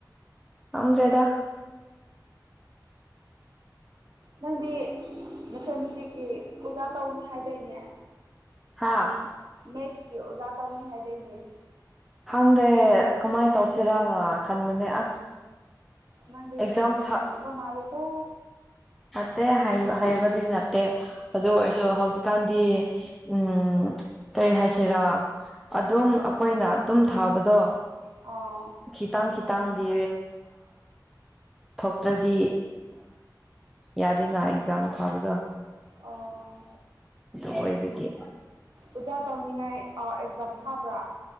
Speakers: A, in the centre; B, on the right (about 85°).
A: ꯉꯝꯗ꯭ꯔꯦꯗ <inaudible>
B: ꯅꯪꯗꯤ ꯃ‌ꯦꯊꯃꯊꯤꯛꯀꯤ ꯑꯣꯖꯥ ꯇꯧꯅꯤ ꯍꯥꯏꯗꯣꯏꯅꯦ
A: ꯍꯥꯥ
B: ꯃꯦꯠꯀꯤ ꯑꯣꯖꯥ ꯇꯧꯅꯤ ꯍꯥꯏ ꯂꯩꯅꯦ
A: ꯈꯪꯗꯦ ꯀꯃꯥꯏ ꯇꯧꯁꯤꯔꯅ ꯈꯟꯕꯅꯦ ꯑꯁ
B: ꯅꯪꯗꯤ
A: ꯑꯦꯛꯖꯥꯝ
B: ꯃꯦꯁ ꯌꯥꯝ
A: ꯊꯥ
B: ꯍꯩꯏꯕ ꯃꯥꯜꯂꯤꯗꯣ
A: ꯅꯠꯇꯦ ꯍꯩ ꯍꯩꯕꯗꯤ ꯅꯠꯇꯦ ꯑꯗꯨ ꯑꯣꯏꯔꯁꯨ ꯍꯧꯖꯤꯛꯀꯥꯟꯗꯤ ꯎꯝ ꯀꯔꯤ ꯍꯥꯏꯁꯤꯔꯥ ꯑꯗꯨꯝ ꯑꯩꯈꯣꯏꯅ ꯑꯗꯨꯝ ꯊꯥꯕꯗꯣ
B: ꯑꯥꯎ
A: ꯈꯤꯇꯪ ꯈꯤꯇꯪꯗꯤ ꯊꯣꯛꯇ꯭ꯔꯗꯤ ꯌꯥꯗꯦꯅꯥ ꯑꯦꯛꯖꯥꯝ ꯊꯥꯕꯗꯣ
B: ꯑꯣ
A: ꯑꯗꯨ ꯑꯣꯏꯕꯒꯤ
B: ꯑꯣꯖꯥ ꯇꯧꯅꯤꯡꯉꯥꯏ ꯑ ꯑꯦꯛꯖꯥꯝ ꯊꯥꯕ꯭ꯔꯥ